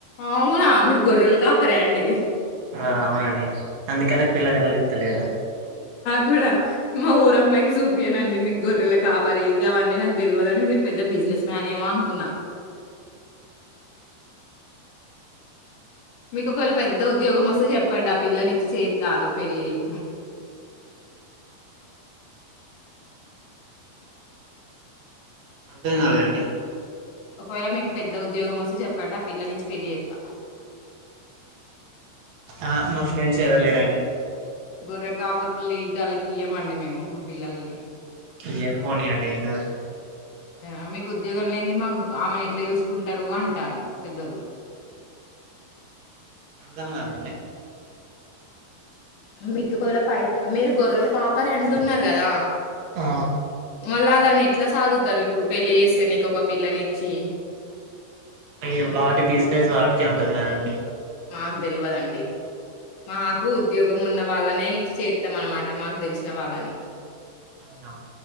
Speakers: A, on the left; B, on the right.
A: అవునా మీరు గొర్రలు కాపరాండి
B: ఆ అవునండి అందుకనే పిల్లని ఎవళ్ళూ యిత్తలేరు
A: కూడా మా ఊర అమ్మాయికి చూపియానండి నీ గొర్రెల కాపరి ఇగవన్నీ నాకు తెల్వదండి మీరు పెద్ద బిజినెస్ మ్యాన్ ఏమో అనుకున్నా మీకు ఒకవేళ పెద్ద ఉద్యోగం వస్తే చెప్పండి ఆ పిల్లని ఇచ్చి చేత్తను పెళ్ళిళ్ళు
B: అర్ధం కాలే అండి
A: ఒకవేళ మీకు పెద్ద ఉద్యోగం వస్తే చెప్పండి ఆ పిల్లనిచ్చి పెళ్ళి చెత్త
B: ఆ మా ఫ్రెండ్స్ ఎవరు లేరండి
A: గొర్రె కాపర్ల లే గాళ్ళకి ఇయ్యమండి మేము మా పిల్లలని
B: ఇ ఎద పోనీయా అడి ఎకా
A: ఆ మీకు ఉద్యోగం లేని మా ఆమెను ఎట్లా చూసుకుంటారు అంటారు పెద్దోళ్ళ
B: అర్ధముగాలే అండి
A: మికువల పైస మీరు గొర్రెలు కాపరి అంటున్నారు కదా
B: ఆ
A: మళ్ళ దాన్ని ఎట్లా సాదుతారు ఇప్పుడు పెళ్లి చేస్తే నీకొక పిల్లనిచ్చి
B: అ వాటి బిజినెస్ వాటికే ఉంటది కదండి
A: మాకు తెల్వదండి మాకు ఉద్యోగం ఉన్న వాళ్ళని నే ఇచ్చి చేస్తాం అనమాట మాకు తెలిసిన వాళ్ళని
B: అవునా